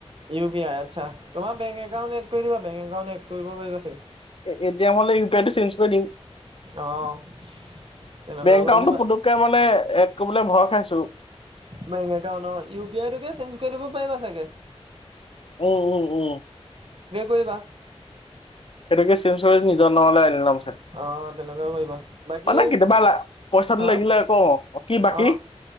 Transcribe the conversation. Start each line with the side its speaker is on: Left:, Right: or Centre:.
Right: ইউ পি আই, আচ্ছা। তোমাৰ বেঙ্ক একাউন্ট এড কৰি দিবা। বেংক একাউণ্ট এড কৰিব পাৰিবা চাগে।
Left: এ এতি এম হলে ইউ পি আইটো চেঞ্জ কৰি দিম।
Right: অ'। তেনেকুৱা
Left: বেংক
Right: কৰি
Left: একাউণ্টটো
Right: দিবা
Left: পুতুককে মানে এড কৰিবলৈ ভয় খাইছো।
Right: বেংক একাউন্ট অ', ইউ পি আই টোকে চেঞ্জ কৰি দিব পাৰিবা চাগে।
Left: উম উম উম।
Right: কৰিবা
Left: সেইটোকে চেঞ্জ কৰি নিজৰ নামলৈ আনি ল'ম।
Right: অ', তেনেকুৱা কৰিবা বাকী
Left: মানে কেতিয়াবা লা-পইচাটো
Right: হা
Left: লাগিলে আকৌ, কি বাকী?
Right: অ',